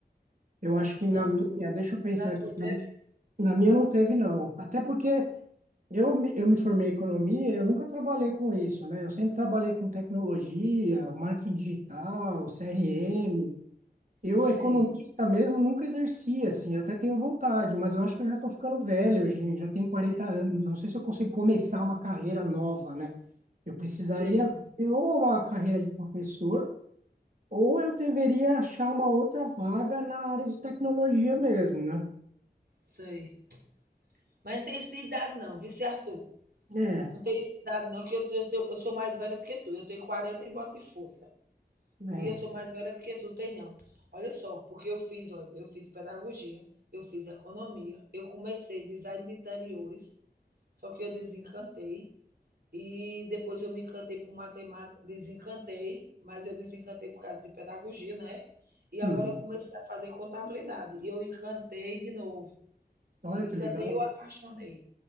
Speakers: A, on the right; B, on the right.
A: Eu acho que na
B: Não sei.
A: minha, deixa eu pensar
B: Na tua
A: aqui,
B: teve?
A: na, na minha não teve, não. Até porque eu, me- eu me formei em economia, eu nunca trabalhei com isso, né? Eu sempre trabalhei com tecnologia, marketing digital, CRM. Eu,
B: Sim,
A: economista mesmo, nunca exerci, assim, eu até tenho vontade, mas eu acho que eu já estou ficando velho, gente, já tenho quarenta
B: sim,
A: anos, não sei se eu consigo começar uma carreira nova, né? Eu precisaria
B: sim,
A: ter ou uma carreira de professor, ou eu deveria achar uma outra vaga na área de tecnologia mesmo, né?
B: sei. Mas não tem isso de idade não, viu, seu Arthur?
A: É,
B: Não tem isso de idade, não, que eu, eu, eu, eu sou mais velha do que tu. Eu tenho 40 e boto em força.
A: mas,
B: E eu sou mais velha do que tu, tem não. Olha só, porque eu fiz, olha, eu fiz pedagogia, eu fiz economia, eu comecei design de interiores, só que eu desencantei. E depois eu me encantei por matemática, desencantei, mas eu desencantei por causa de pedagogia, né? E agora
A: uhum.
B: eu comecei a fazer contabilidade. E eu encantei de novo.
A: Olha
B: Encantei
A: que legal.
B: e eu apaixonei.